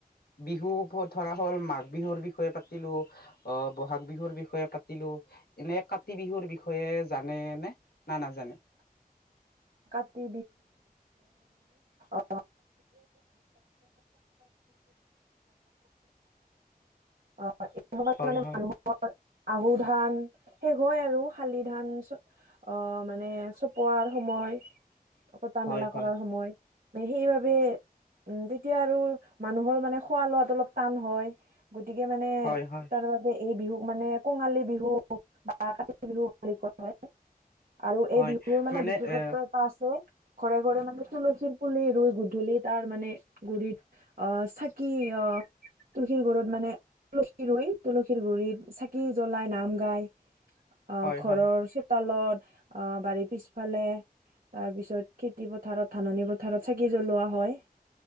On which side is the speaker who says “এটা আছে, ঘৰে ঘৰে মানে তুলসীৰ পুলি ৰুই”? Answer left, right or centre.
Right